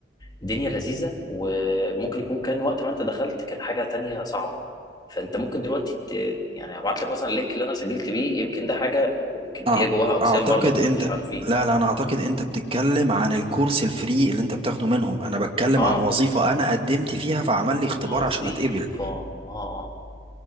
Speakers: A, on the left (about 25°); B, on the right (about 30°).
A: الدنيا لذيذه وممكن يكون كان وقت ما انت دخلت كان حاجه تانية صعبه فانت ممكن دلوقتي ت... يعني ابعت لك مثلا اللينك اللي انا سجلت بيه يمكن ده حاجه ويمكن
B: أع-
A: هي جواها اقسام
B: اعتقد
A: برضو احنا
B: انت
A: مش عارفين
B: لا لا انا اعتقد انت بتتكلم عن الكورس الفري اللي انت بتاخده منهم انا بتكلم
A: اه
B: عن وظيفة انا قدمت فيها فعمل لي اختبار
A: وظيفه
B: عشان اتقبل
A: اه آه.